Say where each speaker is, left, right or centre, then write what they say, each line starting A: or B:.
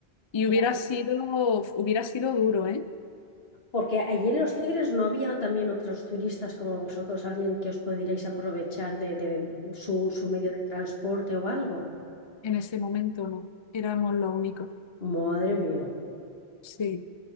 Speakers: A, on the left (about 40°); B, on the left (about 70°).
A: Y
B: ya.
A: hubiera sido, hubiera sido duro, ¿eh?
B: Porque allí en Los Tigres no había también otros turistas como vosotros, alguien que os pudierais aprovechar de, de su, su medio de transporte o algo.
A: En ese momento no, éramos los únicos,
B: Madre mía.
A: sí.